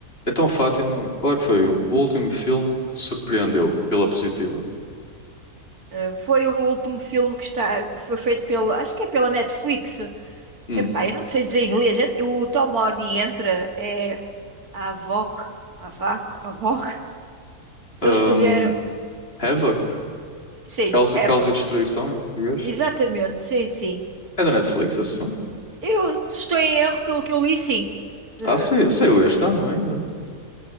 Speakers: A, on the left (about 40°); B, on the right (about 75°).
A: Então, Fátima, qual é que foi o
B: Hum.
A: último filme que te surpreendeu pela positiva?
B: Eh, Foi o último filme que está, que foi feito pela, acho que é pela Netflix.
A: Hum.
B: Epá, eu não sei dizer em inglês. gente. O Tom Hardy entra, é a Avoc, Avaco, Avoc. Eles
A: Hum,
B: puseram,
A: Havoc?
B: sim,
A: Causa,
B: Avoc.
A: Causa e Destruição em português?
B: Exatamente, sim, sim.
A: É da Netflix esse filme?
B: Eu, se estou em erro, pelo que eu li, sim. Eh,
A: Ah, saiu, saiu este ano ainda?